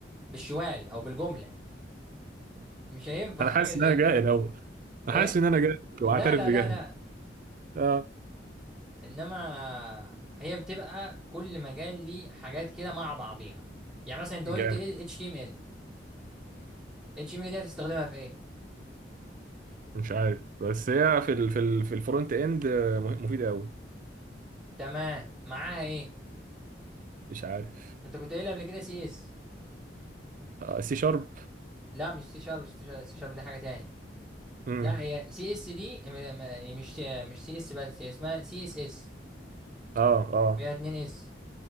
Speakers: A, in the centre; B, on the right.
A: بالشوال او بالجمله مش هينفع
B: أنا
A: <laughs>
B: حاسس
A: حاجه زي
B: إن أنا جاهل
A: كده
B: أوي أنا
A: ايه
B: حاسس إن أنا جاهل
A: لا
B: وأعترف
A: لا
B: بجهلي
A: لا لا
B: أه
A: انما هي بتبقى كل مجال ليه حاجات كده مع بعضيها يعني مثلا انت
B: جامد
A: قلت ايه اتش تي ام ال اتش تي ام ال دي هتستخدمها في ايه
B: مش عارف بس هي في ال في ال في الفرونت اند آه، مه- مفيدة قوي
A: تمام معاها ايه
B: مش عارف
A: انت كنت قايل قبل كده سي اس
B: آه سي شارب
A: لا مش سي شارب مش سي شارب دي حاجه تاني
B: امم
A: لا هي سي اس دي م- م- مش مش سي اس بس هي اسمها سي اس اس
B: اه اه
A: فيها اتنين اس